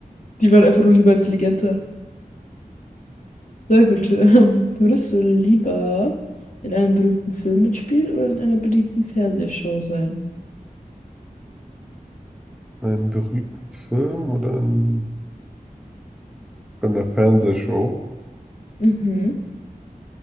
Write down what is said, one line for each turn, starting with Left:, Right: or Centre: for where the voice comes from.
Left: die waren einfach nur lieber intelligenter. Na gut, <laughs> ähm, würdest du lieber in einem berühmten Film mitspielen oder in einer beliebten Fernsehshow sein?
Centre: <laughs> Ein berühmten Film oder in, bei einer Fernsehshow?
Left: Mhm.